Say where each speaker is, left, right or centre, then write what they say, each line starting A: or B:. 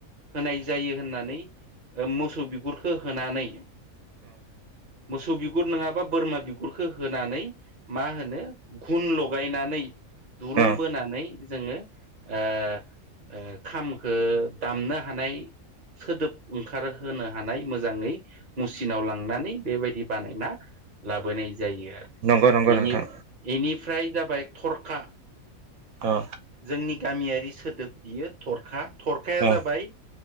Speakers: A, on the right; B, on the right.
A: होनाय जायो होननानै मोसौ बिगुरखौ होनानै मोसुबि गुर नङाबा बोरमा बिगुरखौ होनानै मा होनो घुन लगायनानै दुरुं
B: औ
A: बोना जोङो ओ ओ खामखौ दामनो हानाय सोदोब ओंखारहोनो हानाय मोजाङै मुसिनाव लांनानै बेबायदि बानायना लाबोनाय जायो आरो,
B: नंगौ नंगौ
A: एनि
B: नोंथां
A: एनिफ्राय जाबाय थरखा
B: औ
A: जोंनि गामियारि सोदोब बियो थरखा थरखाया
B: औ
A: जाबाय